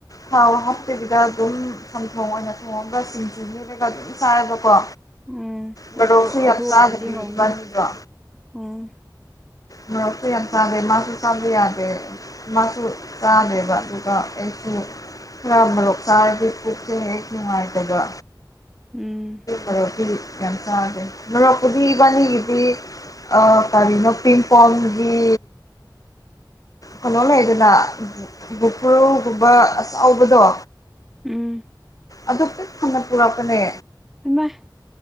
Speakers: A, on the left; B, in the centre.
A: ꯊꯥꯎ ꯍꯥꯞꯇꯕꯤꯗ ꯑꯗꯨꯝ ꯆꯝꯊꯣꯡ ꯑꯣꯏꯅ ꯊꯣꯡꯉꯒ ꯁꯤꯡꯖꯨ inaudible--ꯑꯗꯨꯝ ꯆꯥꯔꯕꯀꯣ
B: ꯎꯝ
A: ꯃꯣꯔꯣꯛꯁꯨ
B: ꯑꯗꯨꯕꯨ ꯑꯗꯨ
A: ꯌꯥꯝ
B: ꯑꯣꯏꯔꯗꯤ
A: ꯆꯥꯗꯕꯤ
B: ꯍꯥꯎꯅꯤ
A: ꯏꯕꯥꯅꯤꯗꯣ
B: ꯎꯝ
A: ꯃꯣꯔꯣꯛꯁꯨ ꯌꯥꯝ ꯆꯥꯗꯦ ꯃꯥꯁꯨ ꯆꯥꯕ ꯌꯥꯗꯦ ꯃꯥꯁꯨꯨ ꯆꯥꯗꯦꯕ ꯑꯗꯨꯒ ꯑꯩꯁꯨ ꯈꯔ ꯃꯣꯔꯣꯛ ꯆꯥꯔꯗꯤ ꯄꯨꯛ ꯁꯦ ꯍꯦꯛ ꯅꯨꯡꯉꯥꯏꯇꯕ
B: ꯎꯝ
A: inaudible--ꯀꯥꯌꯥꯝ ꯆꯥꯒꯦ ꯃꯣꯔꯣꯛꯄꯨꯗꯤ ꯏꯕꯥꯟꯅꯤꯒꯤꯗꯤ ꯑ ꯀꯔꯤꯅꯣ ꯄꯤꯡ ꯄꯣꯝꯒꯤ ꯀꯩꯅꯣ ꯂꯩꯗꯅ inaudibleꯑꯆꯥꯎꯕꯗꯣ
B: ꯎꯝ
A: ꯑꯗꯨ ꯄꯤꯛ ꯊꯟꯅ ꯄꯨꯔꯛꯄꯅꯦ
B: ꯏꯃꯥꯏ